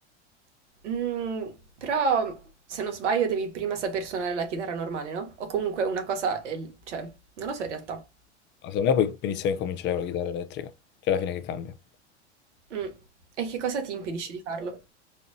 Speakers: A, on the right (about 75°); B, on the left (about 30°).
A: Mm, però, se non sbaglio, devi prima saper suonare la chitarra normale, no? O comunque una cosa, eh, cioè, non lo so in realtà.
B: Ma secondo me puoi benissimo incominciare con la chitarra elettrica. C'è alla fine che cambia.
A: Mm. E che cosa ti impedisce di farlo?